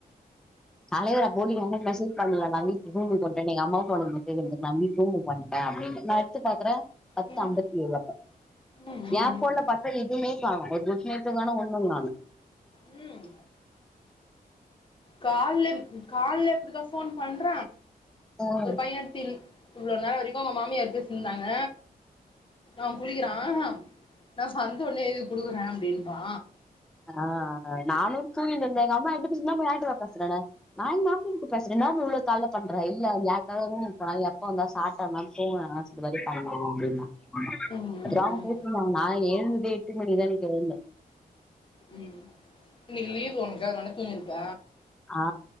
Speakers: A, in the centre; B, on the left.
A: காலைல என <unintelligible> வந்து மெசேஜ் பண்ணல நா வீட்டு ரூமுக்கு வந்ட்டேன எங்க அம்மாவு ஃபோன்ல மெசேஜ் அனுப்னாங்க வீட் ரூம்க்கு வந்ட்டே அப்டினு நா எடுத்து பாக்குறே பத்து
B: ம்
A: அம்பத்தி ஏழு அப்போ
B: ம் ம்
A: ஏ
B: ம்
A: ஃபோன்ல பாத் அப்ப எதையுமே காணோ ஒரு <unintelligible> காணோ ஒன்னு காணு
B: ம் கால்லே கால்லே இப்டித்தா ஃபோன் பண்ற
A: ம்
B: ஒரு பைய எடுத் இல் இவ்ளோ நேரோ வரைக்கு அவ்ங்க மாமியார் பேசிட்ருந்தாங்க அவெ குளிக்கறா நா சந்து உள்ளே எழுதி குடுக்குற அப்டின்றா
A: ஆ நானு தூங்கின்ருந்த எங்க அம்மா என்ட்ட <unintelligible> பேசறனா நா எங் மாப்ள கிட்ட பேசற இன்னா இவ்ளோ காலைல பண்ற <unintelligible> எப்ப வந்த சாப்ட்டமா தூங்குனமா இந்த மாரி பண்றா
B: ம் ம் ம்
A: அப்டின்னா ஆமா <unintelligible> நா எழுந்ததே எட்டு மணிக்குதா இன்னிக்கு எழுந்த
B: ம் இன்னைக்கு லீவு ஒனுக்கு அதனால தூங்கிருப்ப
A: ஆ